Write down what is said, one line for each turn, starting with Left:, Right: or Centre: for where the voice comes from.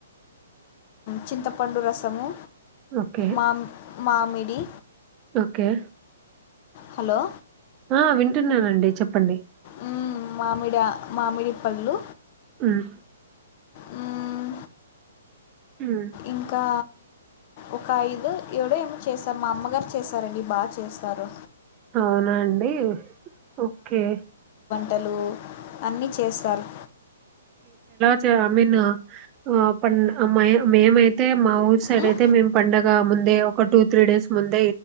Left: చింతపండు రసము
Right: ఓకే
Left: మామ్ మామిడి
Right: ఓకే
Left: హలో
Right: ఆ వింటున్నానండి చెప్పండి
Left: మ్మ్ మామిడి ఆ మామిడి పళ్ళు
Right: ఉమ్
Left: మ్మ్
Right: ఉమ్
Left: ఇంకా ఒక ఐదు ఏడో ఏమో చేస్తారు మా అమ్మగారు చేసారండి బాచేస్తారు
Right: అవునా అండి ఓకే
Left: టలూ అన్నీ చేస్సారు
Right: చ అ మీన్ పన్ మ మేమైతే మా ఊర్ సైడ్
Left: ఉమ్?
Right: అయితే మేం పండగ ముందే ఒక టూ త్రీ డేస్ ముంద్